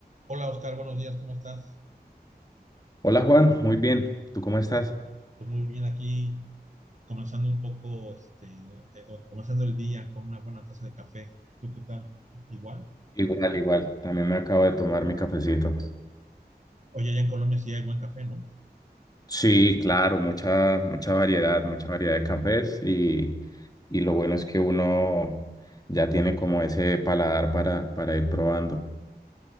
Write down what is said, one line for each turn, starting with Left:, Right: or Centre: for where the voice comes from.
Right: Hola Oscar, buenos días, ¿cómo estás?
Left: Hola Juan, muy bien. ¿Tú cómo estás?
Right: Pues muy bien aquí, comenzando un poco, este, eh, o comenzando el día con una buena taza de café. ¿Tú qué tal? Igual.
Left: Igual, igual. También me acabo de tomar mi cafecito.
Right: Oye, allá en Colombia sí hay buen café, ¿no?
Left: Sí, claro, mucha, mucha variedad, mucha variedad de cafés y, y lo bueno es que uno ya tiene como ese paladar para, para ir probando.